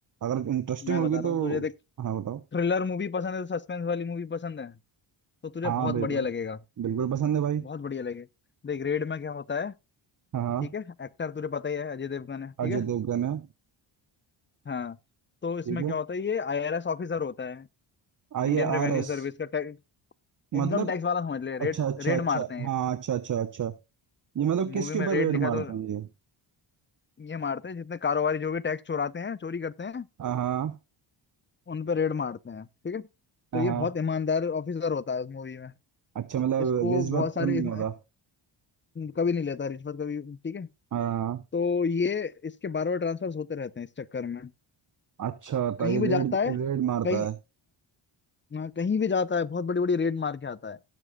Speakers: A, on the right; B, on the left.
A: अगर इंटरेस्टिंग
B: मैं
A: होगी
B: बता रहा
A: तो
B: हूँ तुझे देख
A: हाँ बताओ
B: थ्रिलर मूवी पसंद है सस्पेंस वाली मूवी पसंद है तो तुझे
A: हाँ
B: बहुत
A: बिल्कुल
B: बढ़िया लगेगा
A: बिल्कुल पसंद है भाई
B: बहुत बढ़िया लगेगा देख रेड में क्या होता है
A: हाँ हाँ
B: ठीक है एक्टर तुझे पता ही है अजय देवगन है ठीक
A: अजय
B: है
A: देवगन है
B: हाँ तो इसमें
A: ठीक है
B: क्या होता है ये आईआरएस ऑफिसर होता है
A: आई
B: इंडियन रेवेन्यू
A: आर एस
B: सर्विस का टैक्स
A: मतलब
B: इनकम टैक्स वाला समझ ले रेड
A: अच्छा अच्छा
B: रेड
A: अच्छा
B: मारते हैं
A: हाँ अच्छा अच्छा अच्छा ये मतलब
B: मूवी
A: किसके
B: में
A: ऊपर
B: रेड
A: रेड
B: लिखा
A: मारते
B: तो
A: हैं ये
B: ये मारते हैं जितने कारोबारी जो भी टैक्स चुराते हैं चोरी करते हैं
A: हाँ
B: उन पर रेड मारते हैं ठीक है तो
A: हाँ
B: ये बहुत ईमानदार ऑफिसर होता है उस मूवी में
A: अच्छा मतलब
B: इसको
A: रिश्वत
B: बहुत सारे
A: तो नहीं
B: इस,
A: होता
B: कभी नहीं लेता रिश्वत कभी ठीक है
A: हाँ
B: तो ये इसके बार बार ट्रांसफर होते रहते हैं इस चक्कर में
A: अच्छा तो
B: कहीं
A: ये
B: भी
A: रेड
B: जाता है
A: रेड मारता
B: कहीं
A: है
B: हाँ, कहीं भी जाता है बहुत बड़ी बड़ी रेड मार के आता है